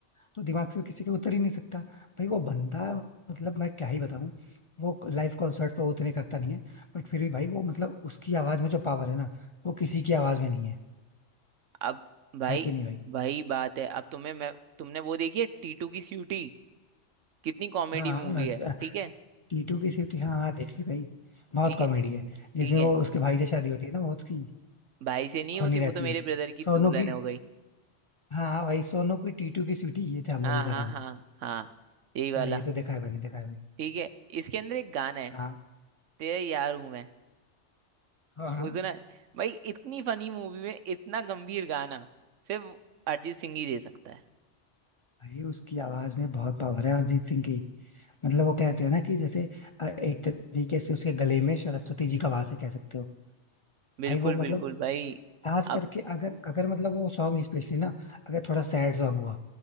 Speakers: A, on the left; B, on the right.
A: तो दिमाग से किसी के उतर ही नहीं सकता भाई वो बंदा मतलब मैं क्या ही बताऊं वो लाइव कॉन्सर्ट तो उतने करता नहीं है बट फिर भी भाई वो मतलब उसकी आवाज में जो पावर है ना वो किसी की आवाज में नहीं है
B: अब भाई
A: है कि नहीं भाई
B: वही बात है अब तुम्हें मैं तुमने वो देखी है टीटू की सीटी कितनी कॉमेडी
A: हाँ
B: मूवी
A: बस,
B: है
A: अ,
B: ठीक है
A: टीटू की सिटी हाँ हाँ देख ली भाई बहुत
B: ठीक
A: कॉमेडी
B: है
A: है जिसमें
B: ठीक है
A: वो उसके भाई से शादी होती है ना वो उसकी
B: भाई से नहीं होती
A: होनी
B: वो
A: रहती
B: तो मेरे
A: है
B: ब्रदर की दुल्हन
A: सोनू की
B: हो गई
A: हाँ हाँ भाई सोनू की टीटू की सिटी ये था मूवी
B: हाँ
A: का
B: हाँ
A: नाम
B: हाँ हाँ यही वाला
A: हाँ ये तो देखा है मैंने देखा है भाई
B: ठीक है इसके अंदर एक गाना है
A: हाँ
B: तेरे यार हूं मैं
A: हाँ हाँ
B: वो सुना है? भाई इतनी फनी मूवी में इतना गंभीर गाना सिर्फ अरिजीत सिंह ही दे सकता है
A: भाई उसकी आवाज में बहुत पावर है अरिजीत सिंह की मतलब वो कहते हैं ना कि जैसे अ, एक तरीके से उसके गले में सरस्वती जी का वास है कह सकते हो
B: बिल्कुल
A: भाई वो मतलब
B: बिल्कुल भाई
A: खास
B: अब
A: करके अगर अगर मतलब वो सॉन्ग स्पेशली ना अगर थोड़ा सैड सॉन्ग हुआ